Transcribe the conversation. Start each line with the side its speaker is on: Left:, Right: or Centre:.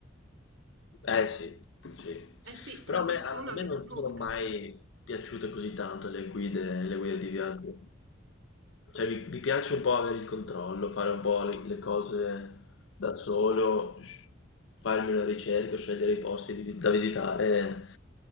Left: eh sì, sì.
Right: Eh sì,
Left: Però
Right: una
Left: a
Right: persona
Left: me, a me
Right: che
Left: non
Right: conosca.
Left: sono mai piaciute così tanto le guide, le guide di viaggio. Cioè vi, vi piace un po' avere il controllo, fare un po' le, le cose da solo, s- farmi una ricerca, scegliere i posti di- da visitare